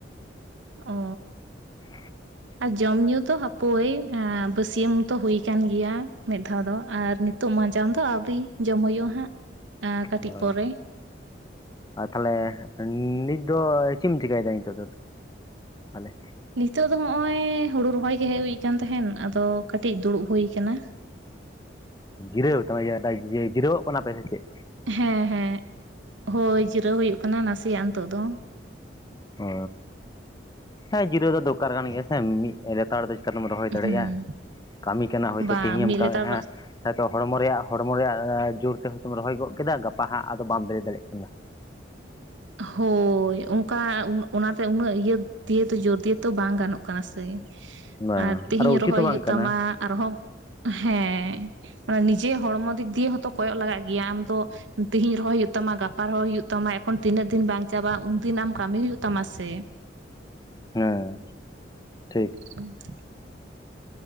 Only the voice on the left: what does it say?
<inaudible>
ᱚ
ᱟᱨ ᱛᱟᱦᱚᱞᱮ ᱱᱤᱛ ᱫᱚ ᱪᱮᱫ ᱮᱢ ᱪᱤᱠᱟᱹᱭᱮᱫᱟ ᱱᱤᱛᱚᱜ ᱫᱚ ᱛᱟᱦᱞᱮ?
<unintelligible> ᱡᱤᱨᱟᱹᱣ <unintelligible> ᱡᱤᱨᱟᱹᱣᱚᱜ ᱠᱟᱱᱟᱯᱮ ᱥᱮ ᱪᱮᱫ?
ᱚ ᱦᱮᱸ ᱡᱤᱨᱟᱹᱣ ᱫᱚ ᱫᱚᱨᱠᱟᱨ ᱠᱟᱱ ᱜᱮᱭᱟ ᱥᱮ ᱢᱤᱫ ᱞᱮᱛᱟᱲ ᱫᱚ ᱪᱮᱠᱟᱛᱮᱢ ᱨᱚᱦᱚᱭ ᱫᱟᱲᱮᱭᱟᱜᱼᱟ᱾
ᱠᱟᱢᱤ ᱠᱟᱱᱟ ᱦᱚᱭᱛᱚ
ᱛᱮᱦᱮᱧᱮᱢ
ᱠᱟᱹᱢᱤ
ᱦᱮᱸ ᱦᱚᱭᱛᱚ ᱦᱚᱲᱢᱚ ᱨᱮᱭᱟᱜ ᱦᱚᱲᱢᱚ ᱨᱮᱭᱟᱜ ᱡᱳᱨᱛᱮ ᱦᱳᱭᱛᱚᱢ ᱨᱚᱦᱚᱭ ᱜᱚᱫ ᱠᱮᱫᱟ ᱜᱟᱯᱟ ᱦᱟᱸᱜ ᱟᱫᱚ ᱵᱟᱢ ᱵᱮᱨᱮᱫ ᱫᱟᱲᱮᱜ ᱠᱟᱱᱟ᱾
ᱵᱟᱝ
ᱩᱪᱤᱛ
ᱦᱚᱸ
ᱵᱟᱝ ᱠᱟᱱᱟ
ᱦᱮᱸ ᱴᱷᱤᱠ᱾